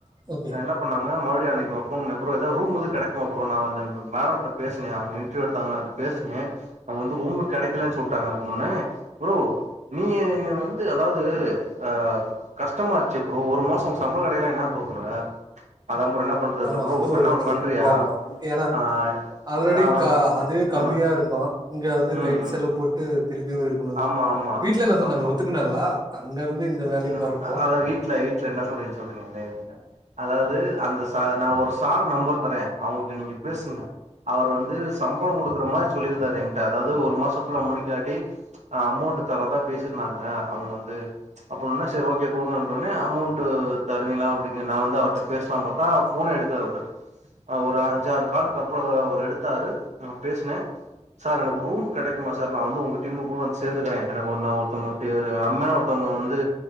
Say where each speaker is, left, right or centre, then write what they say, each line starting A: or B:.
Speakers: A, on the right; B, on the right.
A: ஓகே
B: என்ன பண்ணாங்க மறுடி அன்னக்கு போன் பண்ணே ப்ரோ எதது ரூம் எது கெடைக்மா ஃப்ரோ நா வந் மேடம்ட்ட பேசுனே அவங்க இன்ட்ர்வியூ எடுத்தாங்ள பேசுனே அவங்க வந்து ரூமு கெடைக்லனு சொல்ட்டாங்க அப்ன்னொனே ப்ரோ நீ ஏ வந்து அதாவது ஆ கஷ்டமாச்சே ப்ரோ ஒரு மாசொச சம்பளம் கெடைக்லனா என்ன ப்ரோ பண்ணுவ
A: <unintelligible>
B: அதா ஃப்ரொ என்ன பண்றது
A: ஆமா
B: ப்ரோ
A: அது
B: வேணா
A: ஒரு
B: ஒன்னு
A: பெரிய
B: பண்றியா
A: ப்ராப்ளொ ஏனா
B: ஆ
A: ஆல்ரெடி
B: ஆ வந்
A: அதே கம்மியாருக்கு
B: ஆ
A: இங்க வந்து
B: ம்
A: கை
B: ம்
A: செலவு போட்டு திருப்பியு இருக்கணுல
B: ஆமா ஆமா
A: வீட்ல என்ன சொன்னாங்க
B: ஆமா
A: ஒத்துக்கனாங்களா அங்கருந்து இந்த வேலக்கி
B: ம்
A: வரப்போ
B: அதா வீட்ல வீட்ல என சொல்றேனு சொல்றீங்க அதாவத வது அந்த சா நா ஒரு சார் நம்பர் தரே அவங்ட்ட நீங்க பேசுங்க அவர் வந்து சம்பளம் கொடுக்குற மாரி சொல்லிருந்தாரு என்கிட்ட அதாவது ஒரு மாசம் குல்ல முடிக்காட்டி ஆ அமௌண்ட் தரதா பேசிருந்தாங்க அவுங்க வந்து அப்பன்னொன செரி ஓகே குடுங்க னொனே அமௌண்ட் தருவீங்களா அப்டி ந வந்து அவர்ட்ட பேசலா பாத்தா ஃபோனே எடுக்ல அவரு ஒரு அஞ்சாறு கால்க்குகப்ற அவரு எடுத்தாரு நா பேசுனே சார் எனக்கு ரூம் கெடைக்குமா சார் நா வந்து உங்க டீமு கூட வந்து சேந்துக்றே எனக்கு ஒரு நா ஒருத்தங்கந்து அம்னு ஒருத்தங்க வந்து